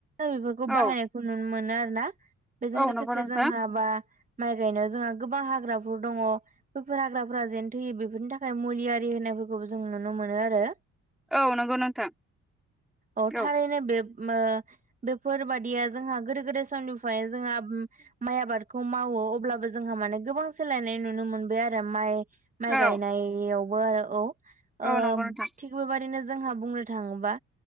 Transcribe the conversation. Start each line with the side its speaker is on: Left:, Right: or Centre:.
Right: बेफोरखौ बाहायनायखौ
Centre: औ
Right: नुनो मोनो आरोना। बेजों
Centre: औ
Right: लोगोसे
Centre: नंगौ नोंथां
Right: जोंहा बा माइ गायनायाव जोंहा गोबां हाग्राफोर दङ बैफोर हाग्राफोरा जेन थैयो बेफोरनि थाखाय मुलियारि होननायफोरखौबो जों नुनो मोनो आरो‌
Centre: औ नंगौ नोंथां
Right: अ थारैनो
Centre: औ
Right: बे ओ बेफोरबादिया जोंहा गोदो गोदाय समनिफ्राय जोंहा माइ आबाद खौ मावो अब्लाबो जोंहा माने गोबां सोलायनाय नुनो मोनबाय आरो माइ माइ
Centre: औ
Right: गायनायाव बो आरो औ।
Centre: औ
Right: ओ
Centre: नंगौ नोंथां
Right: थिग बेबाददिनो जोंहा बुंनो थाङोबा